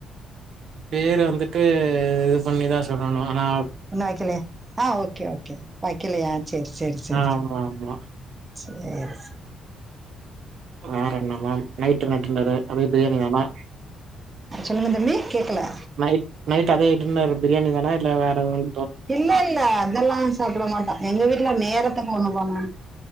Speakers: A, on the right; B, on the right.
A: பேரு வந்துட்டு இது பண்ணிதா சொல்லணுமா அனா
B: இன்ன வக்கலையா அ ஓக்கே ஓக்கே வக்கலையா சேர் சேர் சேர்
A: ஆமா ஆமா
B: சேர்
A: வேற என்ன மேம் நைட்டு் என்ன டின்னரு அதே பிரியாணிதானா
B: சொல்லுங்க தம்பி கேக்கல
A: நைட் நைட் அதே இதுன்னாரு பிரியாணி தானா இல்ல வேற ஒண்
B: இல்ல இல்ல அதெல்லா சாப்புட மாட்ட எங்க வீட்டுல நேரத்துக் ஒண்ணு பண்ணணு